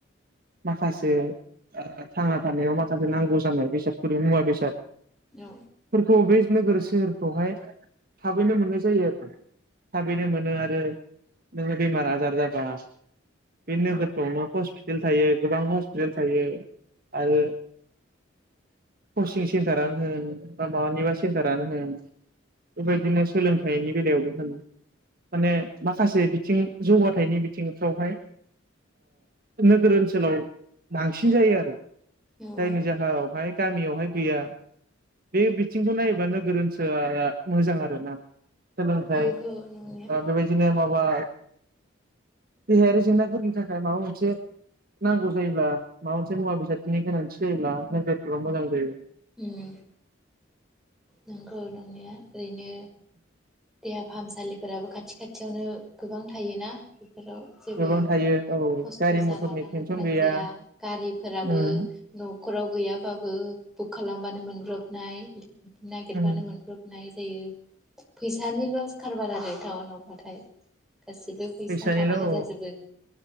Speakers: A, on the right; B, in the centre.
A: माखासे थांना थानायाव माखासे नांगौ जानाय बेसादफोरि मुवा बेसाद।
B: औ
A: फोरखौ बे नोगोर सोहोरफ्रावहाय थाबैनो मोननाय जायो आरो थाबैनो मोनो आरो। नोंओ बिमार आजार जाबा। बि नोगोरफोरावनो। हस्पिटेल। थायो गोबां हस्पिटाल थायो। <unintelligible> सेन्टारानो होन बा माबानिबा सेन्टारानो होन बेबायदिनो सोलोंथाइनि बेलायावबो। माने माखासे बिथिं। जौगाथायाइनि बिथिंफ्रावहाय। नोगोर ओनसोलाव बांसिन जायो आरो।
B: औ
A: जायनि जाहायावहाय गामियाव। बहाय गैया बे बिथिंखौ नायोबा नोगोर ओनसोआ मोजां आरोना। सोलोंथाइ
B: नंगौ
A: बा
B: नंनाया
A: बेबायदिनो माबा। देहायारि जेंनाफोरनि थाखाय माबा मोनसे। नांगौ जायोला माबा मोनसे मुवा बेसादथिनि गोनांथि जायोब्ला। नोगोरफोराव मोजां जायो
B: उम नंगौ नंनाया। ओरैनो। देहा फाहामसालिफोराबो खाथि खाथियावनो गोबां थायोना। बेयाव जेबो
A: गोबां थायो औ
B: खस्थ'
A: गारि
B: जालांनो
A: मथरनि टेनसन
B: गोनां
A: गैया
B: जाया गारिफोराबो
A: उम
B: न'खराव गैयाब्ला। बुक खालामबानो मोनब्रबनाय नागिरबानो
A: उम
B: मोनब्रबनाय जायो। फैसानि लस खारबार आरो टाउनाव नाथाय गासिबो
A: फैसानिल'
B: फैसा थाबानो
A: औ
B: जाजोबो